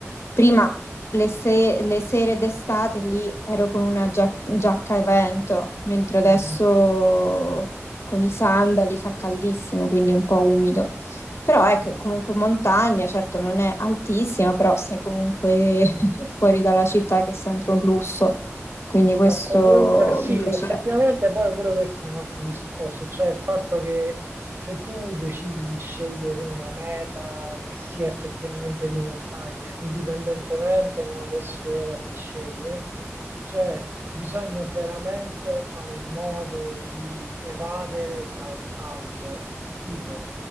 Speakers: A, on the left; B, on the right.
A: prima le, se- le sere d'estate lì ero con una gia- giacca a vento, mentre adesso
B: mhm.
A: con i sandali fa caldissimo, quindi è un po' umido. Però ecco, è
B: Sì.
A: comunque montagna, certo non è altissima, però sei comunque <laughs> fuori dalla città che è sempre un lusso. Quindi questo
B: Fa comunque sì,
A: mi piacerebbe.
B: effettivamente poi pure questo è un altro discorso, cioè il fatto che se tu decidi di scegliere una meta che sia effettivamente di montagna, indipendentemente mo, adesso dove la si sceglie, cioè bisogna veramente fare in modo di evadere dal caldo estivo